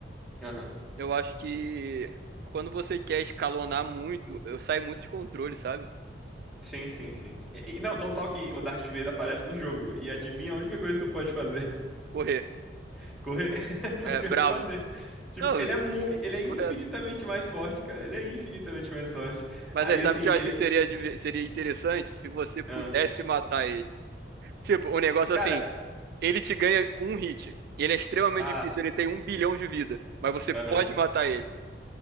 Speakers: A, in the centre; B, on the right.
A: Aham.
B: Eu acho que quando você quer escalonar muito, eu saio muito de controle, sabe?
A: Sim, sim, sim. E, e não, tão tal que o Darth Vader aparece no jogo. E adivinha a única coisa que tu pode fazer?
B: Correr,
A: <laughs> Correr? <laughs> Não
B: é
A: tem
B: brabo.
A: o que fazer. Tipo,
B: Não,
A: ele
B: eu-
A: é, mu-
B: eu-
A: ele é infinitamente
B: correto.
A: mais forte, cara. Ele é infinitamente mais forte.
B: Mas
A: Aí,
B: aí, sabe
A: assim,
B: o que eu acho
A: ele.
B: que seria, diver- seria interessante se você pudesse
A: Ah.
B: matar ele? Tipo, um negócio
A: Cara,
B: assim, Ele te ganha com um hit. Ele é extremamente
A: ah,
B: difícil, ele tem um bilhão de vida. Mas você
A: aham.
B: pode matar ele.